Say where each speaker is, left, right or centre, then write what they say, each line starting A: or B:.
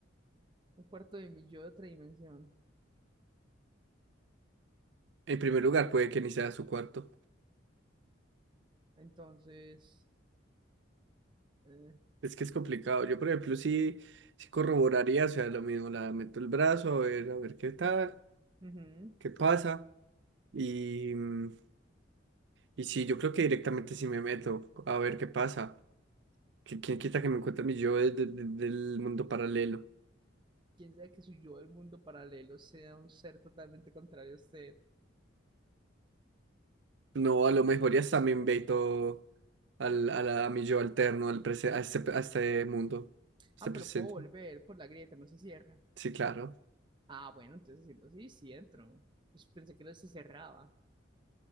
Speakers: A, on the right; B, on the right.
A: Un cuarto de mi yo de otra dimensión.
B: En primer lugar, puede que ni sea su cuarto.
A: Entonces, eh,
B: Es que es complicado. Yo, por ejemplo, sí, sí corroboraría, o sea, lo mismo, la meto el brazo, a ver, a ver qué tal,
A: ujú,
B: qué pasa. Y, mm, y sí, yo creo que directamente sí me meto, a ver qué pasa. Que, ¿Quién quita que me encuentre mi yo de- de- de- del mundo paralelo?
A: Quién sabe que su yo del mundo paralelo sea un ser totalmente contrario a usted.
B: No, a lo mejor ya está, me invito al, a, la- a mi yo alterno, al prese- a, este, a este mundo, a este
A: Ah,
B: presente.
A: pero puedo volver por la grieta, no se cierra.
B: Sí, claro.
A: Ah, bueno, entonces siento, sí, sí entro. Pues pensé que no se cerraba.